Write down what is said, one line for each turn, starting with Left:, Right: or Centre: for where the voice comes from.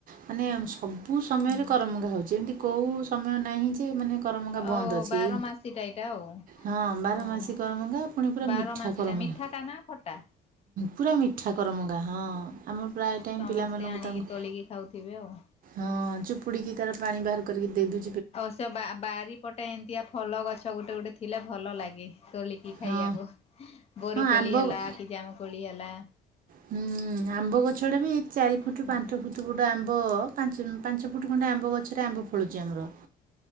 Right: ମାନେ ଆମ ସବୁ ବୁ ସମୟରେ
Left: ହୁଁ
Right: କରମଗା ହେଉଛି। ଏମିତି କୋଉ ସମୟ ନାହିଁ ଯେ ମାନେ କରମଙ୍ଗା ବନ୍ଦ
Left: ଓ
Right: ଅଛି
Left: ବାର
Right: ଏଇ
Left: ମାସିଟା ଏଇଟା। ଆଉ
Right: ହଁ! ବାରମାସୀ
Left: ହଁ
Right: କରମଙ୍ଗା, ପୁଣି ପୁରା
Left: ବାର
Right: ମିଠା
Left: ମାସିଟା
Right: କରମଙ୍ଗା,
Left: ମିଠାଟା ନା ଖଟା
Right: ପୁରା ମିଠା କରମଙ୍ଗା। ହଁ! ଆମର ପ୍ରାୟ ଟାଇ
Left: ସମସ୍ତେ
Right: ପିଲାମାନଙ୍କୁ
Left: ଆଣିକି
Right: ତାଙ୍କୁ
Left: ତୋଳିକି ଖାଉଥିବେ ଆଉ
Right: ହଁ! ଚୁପୁଡିକି ତାର ପାଣି ବାହାର। କରିିକ ଦେଇ ଦୁ
Left: ଆଉ ସେ ବା-ବାରିପଟେ ଏମତିଆ ଫଲ ଗଛ ଗୋଟେ, ଗୋଟେ ଅଛି। ଥିଲେ ଭଲ ଲାଗେ। ତୋଳିକି ଖାଇବାକୁ
Right: ହଁ
Left: ବୋରକୋଲି
Right: ହଁ ଆମ୍ବ
Left: ହେଲା କି ଜାମୁ କୋଳି ହେଲା।
Right: ହୁଁ! ଆମ୍ବ ଗଛ ଟେ ବି ଚାରି ଫୁଟ
Left: ହୁଁ
Right: ପାଞ୍ଚ ଫୁଟ ଗୋଟେ ଆମ୍ବ ଆମ୍ବ ପାଞ୍ଚ ପାଞ୍ଚ ଫୁଟ ଖଣ୍ଡ ଆମ୍ବ ଗରେ ଆମ୍ବ ଖଳୁଛି ଆମର